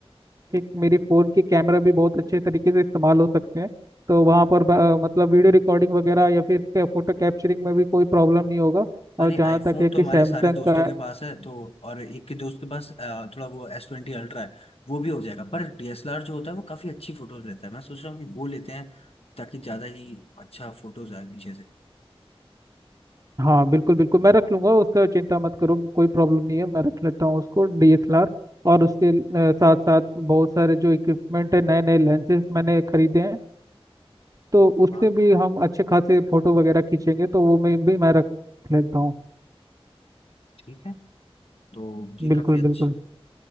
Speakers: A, on the right; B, on the left.
A: कि मेरी फ़ोन के कैमरा भी बहुत अच्छे तरीके से इस्तेमाल हो सकते हैं तो वहाँ पर ब- मतलब वीडियो रिकॉर्डिंग वगैरह या फिर फ़ोटो कैप्चरिंग में भी कोई प्रॉब्लम नहीं होगा
B: अरे
A: और जहाँ
B: आईफोन
A: तक है
B: तो
A: कि
B: हमारे
A: सैमसंग
B: सारे दोस्तों
A: का
B: के पास है तो और एक के दोस्त के पास अ, थोड़ा वो एस ट्वेंटी अल्ट्रा है वो भी हो जाएगा पर डीएसएलआर जो होता है वो काफी अच्छी फोटोज लेता है मैं सोच रहा हूँ कि वो लेते हैं ताकि ज्यादा ही अच्छा फोटोज आए पीछे से
A: हाँ बिल्कुल बिल्कुल मैं रख लूँगा उसका चिंता मत करो कोई प्रॉब्लम नहीं है मैं रख लेता हूँ उसको डीएसएलआर और उसके साथ साथ बहुत सारे जो इक्विपमेंट है नए नए लेंसेज मैंने खरीदे हैं तो उससे
B: हाँ
A: भी हम अच्छे खासे फ़ोटो वगैरह खींचेंगे तो वो मैं भी मैं रख लेता हूँ
B: ठीक है तो ये
A: बिल्कुल
B: काफी अच्छा
A: बिल्कुल